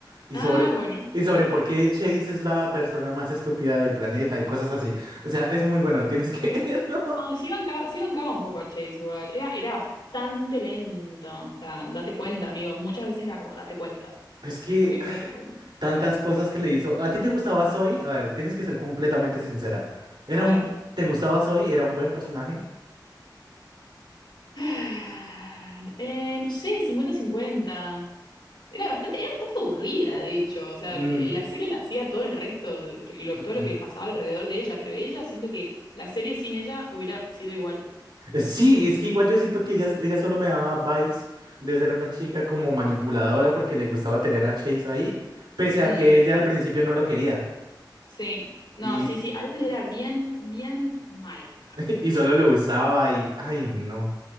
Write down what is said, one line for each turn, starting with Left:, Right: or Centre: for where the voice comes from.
Right: y
Left: Ah,
Right: sobre,
Left: bueno.
Right: y sobre por qué Chase es la persona más estúpida del planeta y cosas así. O sea, es muy bueno, tienes que <laughs> verlo.
Left: Ay, sí bancaba, sí bancaba un poco a Chase igual. Era, era bastante lento. O sea, date cuenta, amigo. Muchas veces era como, date cuenta.
Right: Es que
Left: Amigo, date cuenta.
Right: Tantas cosas que le hizo. ¿A ti te gustaba Zoe? A ver, tienes que ser completamente sincera. Era
Left: A ver.
Right: un... ¿Te gustaba Zoe? ¿Era un buen personaje?
Left: <sighs> Ah, Eh, no sé, cincuenta-cincuenta. Era bastante, era bastante aburrida, de hecho. O sea,
Right: Mm,
Left: la serie la hacía todo el resto, que lo-
Right: <laughs>
Left: todo lo que pasaba alrededor de ella, pero ella siento que la serie sin ella hubiera sido igual.
Right: Sí, es que igual yo siento que ella, ella solo me daba vibes de ser una chica como manipuladora porque le gustaba tener a Chase ahí, pese a
Left: Mm,
Right: que ella al principio no lo quería
Left: sí. No,
Right: y,
Left: sí, sí. A veces era bien, bien mala.
Right: <laughs> y solo lo usaba y... Ay, no.